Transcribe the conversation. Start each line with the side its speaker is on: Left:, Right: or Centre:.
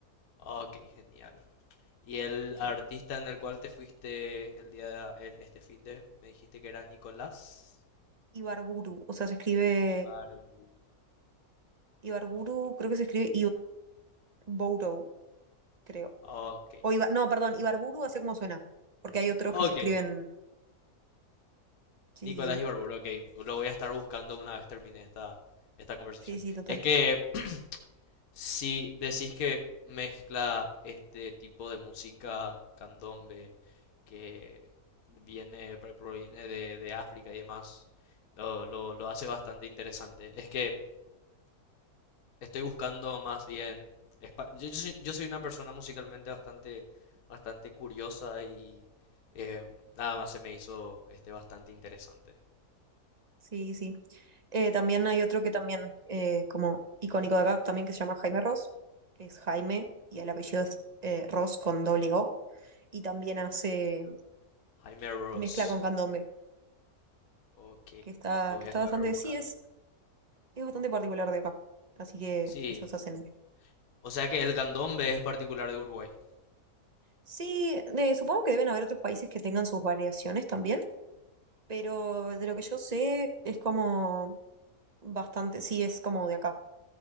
Left: Ok, genial. Y el
Right: Sí.
Left: artista en el cual te fuiste el día de, e- este fin de, me dijiste que era Nicolás
Right: Ibarburu, o sea, se escribe
Left: Ibarburu.
Right: Ibarburu,
Left: Ok.
Right: creo que se escribe Ibarburu, creo.
Left: Ok.
Right: O Iba- no, perdón, Ibarburu así como suena, porque hay otros
Left: Ok.
Right: que se escriben. Sí,
Left: Nicolás
Right: sí, sí.
Left: Ibarburu, ok. Lo voy a estar buscando una vez termine esta, esta conversación.
Right: Sí, sí, total.
Left: Es que Si decís que mezcla este tipo de música candombe que viene, pre- proviene de, de África y demás, lo, lo- lo hace bastante interesante. Es que estoy buscando más bien... espa- Yo, yo soy, yo soy una persona musicalmente bastante, bastante curiosa y eh, nada más se me hizo este bastante interesante.
Right: Sí, sí. Eh, también hay otro que también, eh, como icónico de acá, también que se llama Jaime Ross. que Es Jaime y el apellido es eh, Ross con doble O. Y también hace
Left: Jaime Ross.
Right: mezcla con candombe,
Left: Ok,
Right: que está,
Left: lo voy
Right: que está
Left: a estar
Right: bastante,
Left: buscando.
Right: sí, es, es bastante particular de acá. Así que
Left: Sí,
Right: ellos hacen.
Left: o sea que el candombe es particular de Uruguay.
Right: Sí, de- supongo que deben haber otros países que tengan sus variaciones también, pero de lo que yo sé es como bastante, sí, es como de acá.